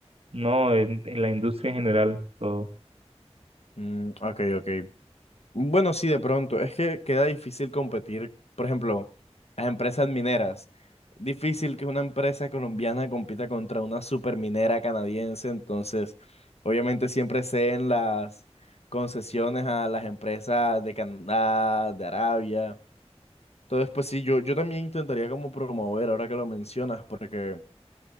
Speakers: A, on the right; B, on the left.
A: No, en, en la industria en general, todo.
B: Mm, ok, ok. Bueno, sí, de pronto. Es que queda difícil competir, por ejemplo, las empresas mineras. Difícil que una empresa colombiana compita contra una superminera canadiense. Entonces, obviamente siempre ceden las concesiones a las empresas de Canadá, de Arabia. Entonces, pues sí, yo, yo también intentaría como promover, ahora que lo mencionas, porque,